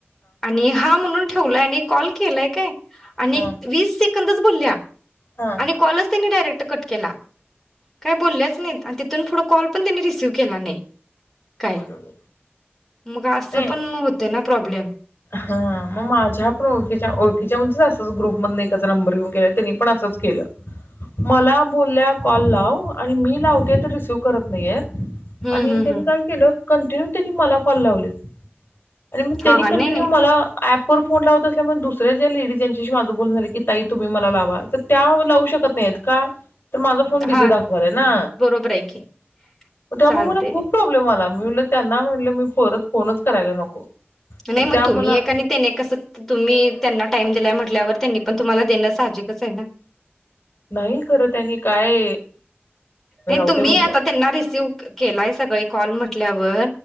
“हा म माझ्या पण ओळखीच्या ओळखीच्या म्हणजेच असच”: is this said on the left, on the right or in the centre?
Left